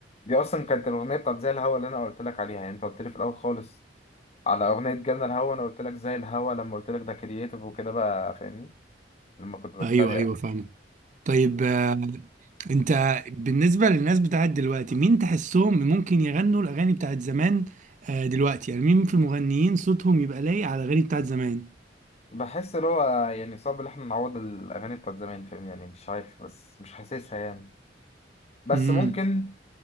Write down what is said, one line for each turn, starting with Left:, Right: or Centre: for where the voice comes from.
Left: دي اصلا كانت الاغنيه بتاعت زي الهوا اللي انا قلت لك عليها يعني انت قلت لي في الاول خالص على اغنيه جالنا الهوا انا قلت لك زي الهوا لما قلت لك ده كرييتيف وكده بقى فاهمني لما كنت بتريق
Right: ايوه ايوه
Left: يعني
Right: فاهمك طيب آه، انت بالنسبه للناس بتاعت دلوقتي مين تحسهم ممكن يغنوا الاغاني بتاعت زمان آه، دلوقتي يعني مين في المغنيين صوتهم يبقى لايق على الاغاني بتاعت زمان
Left: فبحس اللي هو يعني صعب ان احنا نعوض الاغاني بتاعت زمان فاهمني يعني مش عارف بس مش حاسسها يعني بس
Right: امم
Left: ممكن